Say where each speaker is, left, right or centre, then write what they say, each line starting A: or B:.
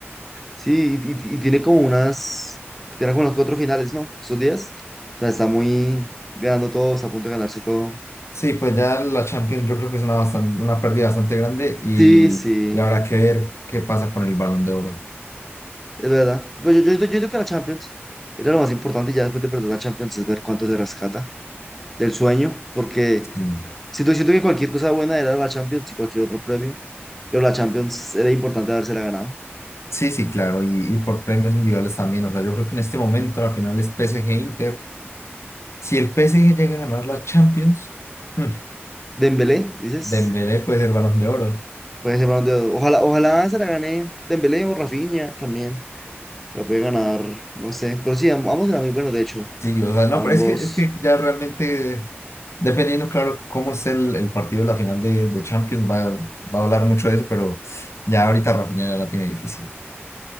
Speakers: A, in the centre; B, on the left.
A: Sí, y, y- y tiene como unas, tiene como unos cuatro finales, ¿no? Estos días. O sea, está muy ganando todo, está a punto de ganarse todo.
B: Sí, pues ya la Champions yo creo que es una, bastan- una pérdida bastante grande y,
A: Sí, sí,
B: y habrá que ver qué pasa con el Balón de Oro.
A: es verdad. Pero yo, yo, yo creo que la Champions era lo más importante ya después de perder la Champions, es ver cuánto se rescata del sueño, porque
B: Mm.
A: siento, siento que cualquier cosa buena era la Champions y cualquier otro premio, pero la Champions era importante habérsela ganado.
B: Sí, sí, claro, y, y por premios individuales también. O sea, yo creo que en este momento la final es PSG Inter. Si el PSG llega a ganar la Champions, mm,
A: Dembélé, dices,
B: Dembélé puede ser Balón de Oro.
A: puede ser balón de oro. Ojalá, ojalá se la gane Dembélé o Rafinha también. La puede ganar, no sé. Pero sí, am- ambos eran muy buenos, de hecho.
B: Sí, o sea,
A: Ambos.
B: no, pero es que, es que ya realmente, dependiendo, claro, cómo esté el, el partido de la final de, de Champions, va, va a hablar mucho de eso, pero ya ahorita Rafinha ya la tiene difícil.